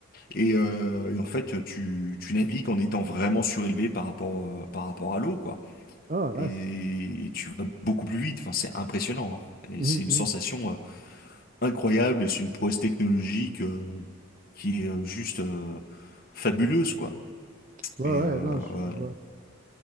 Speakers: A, on the left; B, on the right.
A: et, euh, et en fait, tu, tu navigues en étant vraiment surélevé par rapport, euh, par rapport à l'eau, quoi.
B: Ah, nice.
A: et tu vas beaucoup plus vite. Enfin, c'est impressionnant, hein. Et
B: Mhm,
A: c'est une
B: mhm.
A: sensation euh, incroyable et c'est une prouesse technologique euh, qui est euh, juste euh, fabuleuse, quoi.
B: Ouais,
A: Et
B: ouais,
A: euh,
B: non, je,
A: ouais.
B: je vois.